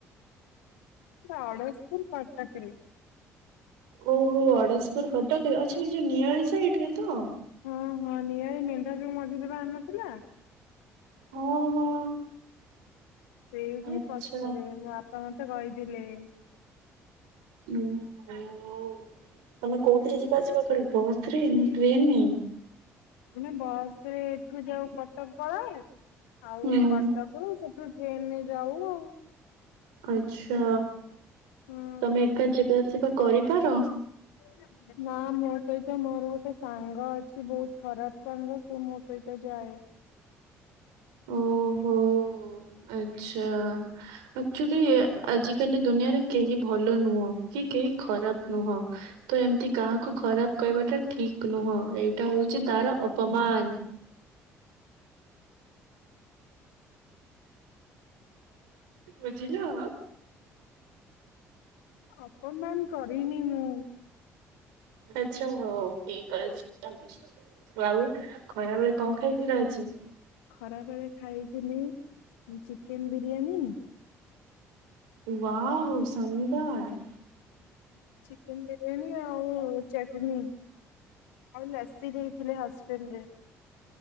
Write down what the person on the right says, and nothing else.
ଓହୋ ଅଡ଼ଶପୁର କଟକରେ, ଆଚ୍ଛା ଏଇ ଯୋଉ ନିଆଳି ସାଇଡ଼ରେ ତ?
ହଁ ହଁ।
ଆଚ୍ଛା।
ଓହୋ ତମେ
କୋଉଥିରେ ଯିବା ଆସିବା କର? ବସରେ ନା ଟ୍ରେନରେ?
ହୁଁ
ଆଚ୍ଛା
ତମେ ଏକା ଯିବା ଆସିବା କରିପାର?
ଓହୋ ଆଚ୍ଛା, ଆକ୍ଚୁଲି ଆଜିକାଲି ଦୁନିଆରେ କେହି ଭଲ ନୁହଁ। କି କେହି ଖରାପ ନୁହଁ ତ ଏମତି କାହାକୁ ଖରାପ କହିବାଟା ଠିକ୍ ନୁହଁ। ଏଇଟା ହେଉଛି
ତାର ଅପମାନ। ବୁଝିଲ।
ଆଚ୍ଛା ହଉ ଠିକ ଅଛି ଆଉ ଖରାବେଳେ କଣ ଖାଇଥିଲ ଆଜି।
Wow ସାନ୍ଦାର।